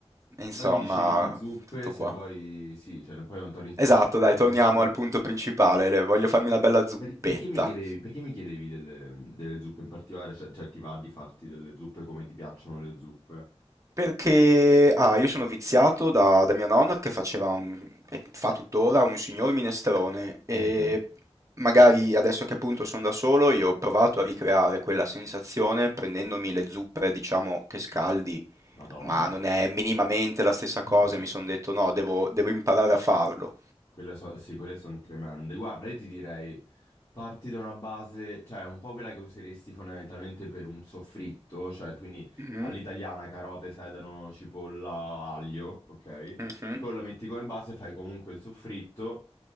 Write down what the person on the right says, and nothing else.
E Insomma,
tutto
qua.
Esatto,
dai, torniamo
al punto principale, le- voglio farmi una bella zuppetta.
Perché, ah, io sono viziato da, da mia nonna che faceva un, e fa tuttora un signor minestrone e
magari adesso che appunto sono da solo io ho provato a ricreare quella sensazione prendendomi le zuppe, diciamo, che scaldi,
ma non è minimamente la stessa cosa
e mi sono detto no, devo, devo imparare a farlo.
Mhm,
mhm,